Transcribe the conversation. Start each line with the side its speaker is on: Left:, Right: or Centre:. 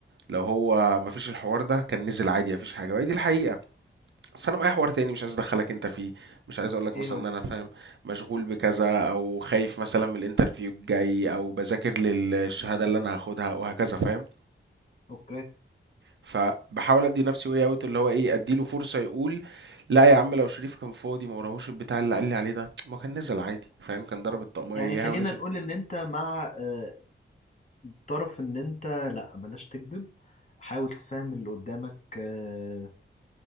Right: لو هو مفيش الحوار ده كان نزل عادي مفيش حاجه وهي دي الحقيقه بس انا معايا حوار تاني مش عايز ادخلك انت فيه مش عايز اقول لك
Left: إيه
Right: مثلا
Left: هو
Right: ان انا فاهم مشغول بكذا او خايف مثلا من الانترفيو الجاي او بذاكر للشهاده اللي انا هاخدها وهكذا فاهم
Left: أوكي
Right: فباحاول ادي نفسي واي اوت اللي هو ايه اديله فرصه يقول لا يا عم لو شريف كان فاضي ما وراهوش البتاع اللي قال لي عليه ده ما كان نزل عادي فاهم كان ضرب الطقمية
Left: يعني
Right: اياها
Left: خلينا
Right: ونزل
Left: نقول إن أنت مع آه، طرف إن أنت لأ بلاش تكذب حاول تفهم اللي قدامك آه،